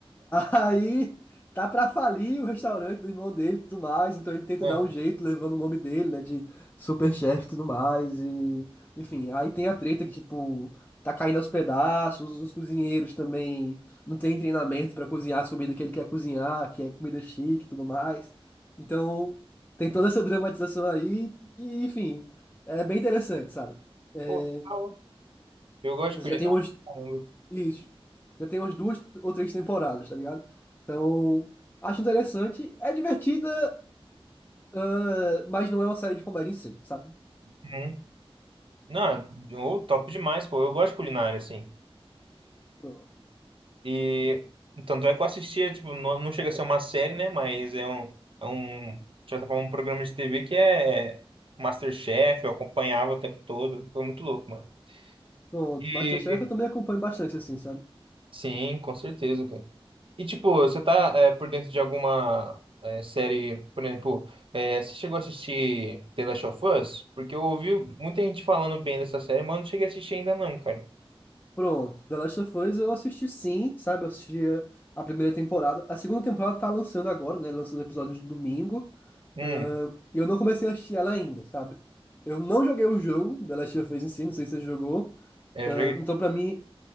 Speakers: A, on the left (about 20°); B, on the right (about 60°).
A: Aí tá pra falir o restaurante do irmão dele e tudo mais, então ele tenta
B: Ah,
A: dar um jeito levando o nome dele, né, de superchefe e tudo mais, e enfim, aí tem a treta que, tipo, tá caindo aos pedaços, os cozinheiros também não tem treinamento pra cozinhar as comidas que ele quer cozinhar, que é comida chique e tudo mais, então tem toda essa dramatização aí, e enfim, é bem interessante, sabe? É,
B: pô, legal. eu gosto
A: já
B: de culinária.
A: tem
B: caramba.
A: isso. Já tem umas duas ou três temporadas, tá ligado? Então, acho interessante. É divertida, ah, mas não é uma série de comédia em si, sabe?
B: Uhum. Não, ô, top demais, pô. Eu gosto de culinária, assim.
A: Pronto.
B: E tanto é que eu assistia, tipo, não, não chega a ser uma série, né? Mas é um, é um, de certa forma, um programa de TV que é MasterChef, eu acompanhava o tempo todo. Foi muito louco, mano.
A: Pronto.
B: E
A: MasterChef eu também acompanho bastante, assim, sabe?
B: sim, com certeza, cara. E tipo, você tá é, por dentro de alguma é, série, por exemplo, é, você chegou a assistir The Last of Us? Porque eu ouvi muita gente falando bem dessa série, mas eu não cheguei a assistir ainda não, cara.
A: Pronto. The Last of Us eu assisti sim, sabe? Eu assisti a primeira temporada. A segunda temporada tá lançando agora, né? Lança os episódios no domingo.
B: Hum,
A: Ah, E eu não comecei a assistir ela ainda, sabe? Eu não joguei o jogo The Last of Us em si, não sei se você jogou.
B: é,
A: Ah, então, pra mim,